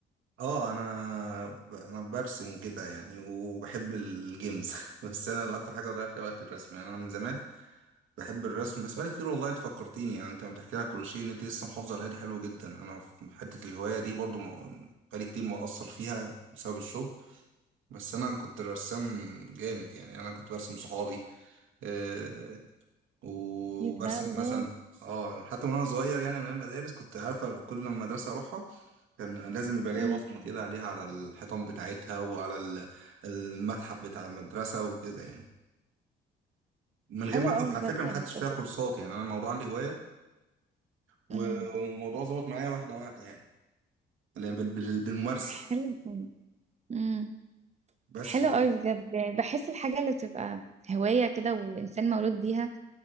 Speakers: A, on the right; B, on the right.
A: اه انا ب- انا برسم وكده يعني وبحب الجيمز <laughs> بس انا اللي اكتر حاجه بضيع فيها وقت الرسم يعني انا من زمان بحب الرسم بس بقالي كتير والله انت فكرتيني يعني انت لما بتحكي لي على كروشيه ان انت لسه محافظه عليها دي حلوه جدا انا في حته الهوايه دي برضو ما- بقالي كتير مقصر فيها بسبب الشغل بس انا كنت رسام جامد يعني انا كنت برسم صحابي آه، وبرسم
B: إيه ده الله
A: مثلا اه حتى وانا صغير يعني من أيام المدارس كنت عارفه كل مدرسه اروحها كان لازم يبقى ليا
B: مم.
A: بصمه كده عليها على الحيطان بتاعتها وعلى ال- المتحف بتاع المدرسه وكده يعني من
B: حلو
A: غير ما اخد
B: أوي
A: على
B: بجد
A: فكره ما خدتش فيها
B: وكنت
A: كورسات يعني انا الموضوع عندي هوايه و-
B: مم.
A: والموضوع ظبط معايا واحده واحده يعني اللي بال- بال- بالممارسه
B: حلو امم
A: بس
B: حلو
A: و...
B: قوي بجد بحس الحاجة اللي بتبقى هواية كده وإنسان مولود بيها